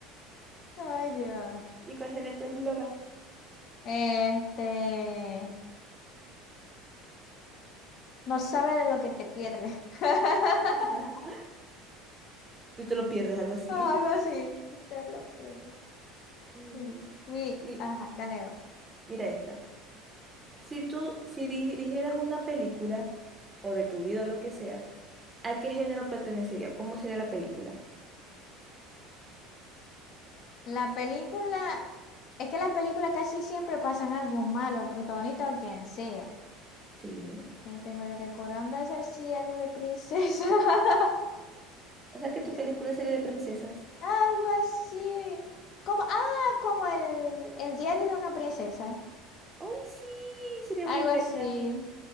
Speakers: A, on the left; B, on the right.
A: ay Dios.
B: ¿Y cuál sería tu eslogan?
A: Este, no sabe de lo que te pierde. <laughs>
B: <laughs> Tú te lo pierdes, algo así.
A: Algo
B: <laughs>
A: así, te lo pierdes.
B: Mm,
A: Sí. Uy,
B: mi-
A: ajá, dale
B: mira esta. Si tú, si dirigieras una película, o de tu vida o lo que sea, ¿a qué género pertenecería? ¿Cómo sería la película?
A: La película, es que las películas casi siempre pasan algo malo al protagonista o al quien sea.
B: Sí.
A: Gente, pero recordando hacer sí algo de princesa. <laughs>
B: O sea que tu
A: Ya.
B: película sería de princesas.
A: Algo así. Como, ah, como el, el diario de una princesa.
B: ¡Ay, sí! Sería
A: Algo
B: muy bella.
A: así.